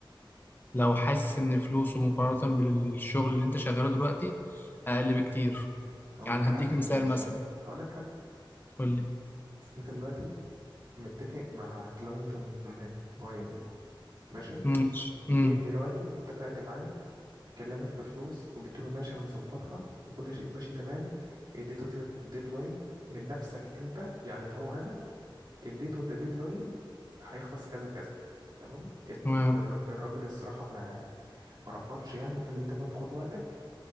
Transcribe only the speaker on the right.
هقول
لك
حاجة
ماشي
هقول لك حاجة
أنت دلوقتي متفق مع كلاينت م- معين ماشي
جيت
دلوقتي اتفقت معاه كلمك في فلوس قلت له ماشي هنظبطها وكل شيء ماشي تمام اديته ديد- ديدلاين من نفسك انت يعني اللي هو انا اديته ده ديدلاين هيخلص كذا كذا تمام ات-
الر- الراجل الصراحة ما ما رفضش يعني وقال لي تمام خد وقتك